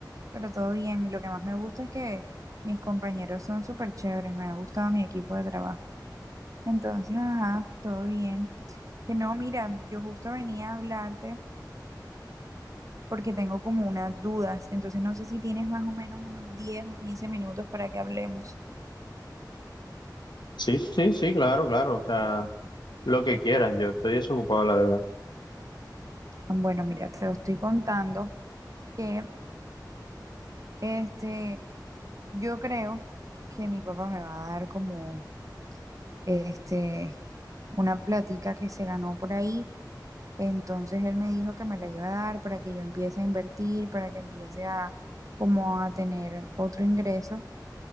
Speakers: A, on the right; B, on the left.
A: pero todo bien. Y lo que más me gusta es que mis compañeros son súper chéveres, me ha gustado mi equipo de trabajo. Entonces, ajá, todo bien. Que no, mira, yo justo venía a hablarte. porque tengo como unas dudas. Entonces no sé si tienes más o menos unos 10 o 15 minutos para que hablemos.
B: Sí, sí, sí, claro, claro, o sea, lo que quieras, yo estoy desocupado, la verdad.
A: Ah, Bueno, mira, te lo estoy contando que este, yo creo que mi papá me va a dar como este, una platica que se ganó por ahí. Entonces él me dijo que me la iba a dar para que yo empiece a invertir, para que empiece a como a tener otro ingreso.